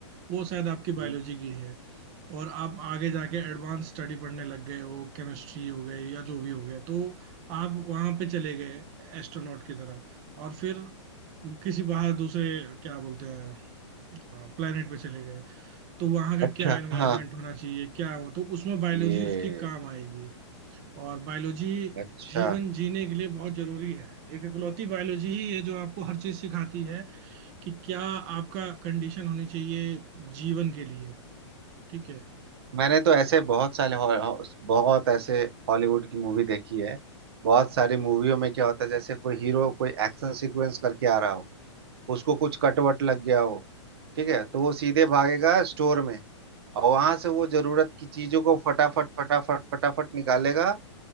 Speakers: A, on the right; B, on the right.
A: वो शायद आपकी
B: हम्म।
A: बायोलॉजी की है और आप आगे जाके एडवांस स्टडी पढ़ने लग गए हो केमिस्ट्री हो गई या जो भी हो गया तो आप वहां पे चले गए एस्ट्रोनॉट की तरह और फिर किसी बाहर दूसरे क्या बोलते हैं प्लेनेट पे चले गए तो वहां का
B: अच्छा
A: क्या एनवायरनमेंट
B: हाँ
A: होना चाहिए क्या हो तो उसमें बायोलॉजी
B: ये
A: उसके काम आएगी और बायोलॉजी
B: अच्छा
A: जीवन जीने के लिए बहुत जरूरी है एक इकलौती बायोलॉजी ही है जो आपको हर चीज सिखाती है कि क्या आपका कंडीशन होनी चाहिए जीवन के लिए ठीक है
B: मैंने तो ऐसे बहुत सारे हॉ- हॉ- बहुत ऐसे हॉलीवुड की मूवी देखी है बहुत सारी मूवियों में क्या होता है जैसे कोई हीरो कोई एक्शन सीक्वेंस करके आ रहा हो उसको कुछ कटवट लग गया हो ठीक है तो वो सीधे भागेगा स्टोर में और वहां से वो जरूरत की चीजों को फटाफट फटाफट फटाफट निकालेगा